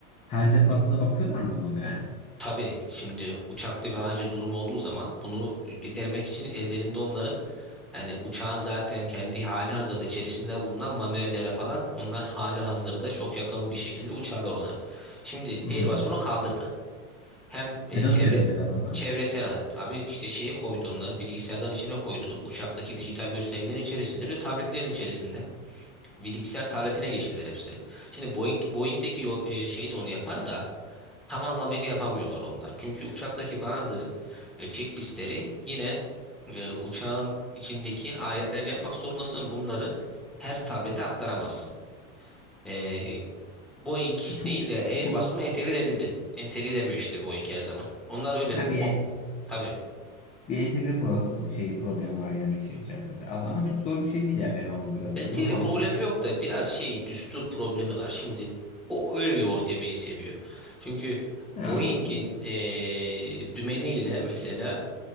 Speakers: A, on the left; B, in the centre.
A: Her defasında
B: Şimdi-
A: bakıyorlar mı bunu yani?
B: Tabii şimdi uçakta bir acil durum olduğu zaman bunu gidermek için ellerinde onların yani uçağın zaten kendi hali hazırda içerisinde bulunan manuellere falan onlar hali hazırda çok yakın bir şekilde uçarlar ona. Şimdi
A: Hmm.
B: Airbus bunu kaldırdı. Hem e,
A: E nasıl
B: çevre
A: yapacak adamlar?
B: çevresel abi işte şeye koydu onları bilgisayarların içine koydu. Uçaktaki dijital göstergelerin içerisinde bir de tabletlerin içerisinde. Bilgisayar tabletine geçtiler hepsi. Şimdi Boeing, Boeing'deki yo- e, şey de onu yapar da tam anlamıyla yapamıyorlar onlar. Çünkü uçaktaki bazı e, checklistleri yine e, uçağın içindeki aletlerle yapmak zorundasın. Bunları her tablete aktaramazsın. E, Boeing
A: E çok
B: değil de Airbus
A: çok
B: bunu entegre edebildi. Entegre edemiyor işte Boeing her zaman. Onlar öyle
A: ha
B: bo-
A: bir en-
B: tabii.
A: bir entegre pro şey problem var yani işin içerisinde. Az- Ama çok zor bir şey değil yani benim anladığım kadarıyla.
B: Entegre
A: Doğru mu
B: problemi
A: anlıyorum?
B: yok da biraz şey düstur problemi var. Şimdi o öyle yoğurt yemeyi seviyor. Çünkü
A: Ha
B: Boeing'in
A: anladım.
B: eee dümeniyle mesela